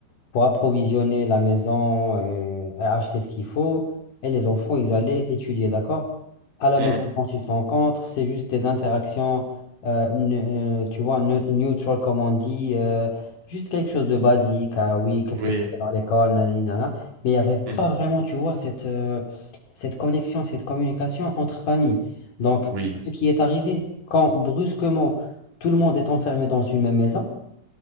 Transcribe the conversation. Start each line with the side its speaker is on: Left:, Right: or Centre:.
Left: pour approvisionner la maison, euh, et acheter ce qu'il faut, et les enfants, ils allaient étudier, d'accord? À la
Right: mhm,
Left: maison,
Right: mhm.
Left: quand ils se rencontrent, c'est juste des interactions, euh, ne- euh, tu vois, ne- neutral, comme on dit, euh, juste quelque chose de basique. Ah oui, qu'est-ce
Right: Oui,
Left: que tu fait dans l'école, nanani, nanana. Mais il n'y avait pas
Right: mhm,
Left: vraiment, tu vois, cette, euh, cette connexion, cette communication entre familles. Donc,
Right: oui,
Left: ce qui est arrivé, quand brusquement, tout le monde est enfermé dans une même maison,